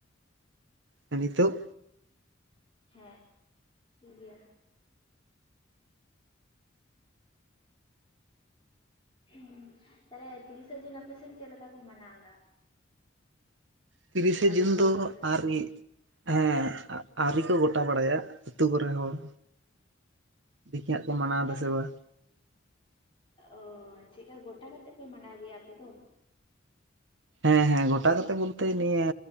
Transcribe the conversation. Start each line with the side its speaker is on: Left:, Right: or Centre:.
Right: ᱟᱨ ᱱᱤᱛᱚᱜ
Left: ᱦᱮᱸ ᱴᱷᱤᱠ ᱜᱮᱭᱟ ᱦᱮᱸ ᱛᱟᱦᱚᱞᱮ ᱛᱤᱨᱤᱥᱟ ᱡᱩᱱ ᱟᱯᱮ ᱥᱮᱫ ᱪᱮᱫ ᱞᱮᱠᱟ ᱠᱚ ᱢᱟᱱᱟᱣ ᱫᱟ
Right: ᱛᱤᱨᱤᱥᱮ
Left: ᱥᱟᱢᱱᱮ
Right: ᱡᱩᱱ
Left: ᱨᱮ
Right: ᱫᱚ
Left: ᱦᱤᱡᱩᱜ ᱠᱟᱱᱟ
Right: ᱟᱨ
Left: ᱥᱮ
Right: ᱢᱤᱫ ᱦᱮᱸ ᱟᱣᱨᱤ ᱠᱚ ᱜᱚᱴᱟ ᱵᱟᱲᱟᱭᱟ ᱟ ᱟᱹᱛᱩ ᱠᱚ ᱨᱮ ᱦᱚᱸ ᱫᱤᱠᱷᱤ ᱦᱟᱸᱜ ᱠᱚ ᱢᱟᱱᱟᱣ
Left: ᱜᱚᱴᱟ
Right: ᱫᱟ ᱥᱮ ᱵᱟᱝ
Left: ᱚ ᱪᱮᱫ ᱠᱟ ᱜᱚᱴᱟ ᱠᱟᱛᱮᱜ ᱯᱮ ᱢᱟᱱᱟᱣ ᱜᱮᱭᱟ ᱟᱯᱮ ᱫᱚ
Right: ᱦᱮᱸ ᱦᱮᱸ ᱜᱚᱴᱟ ᱠᱟᱛᱮ ᱵᱚᱞᱛᱮ ᱱᱤᱭᱟᱹ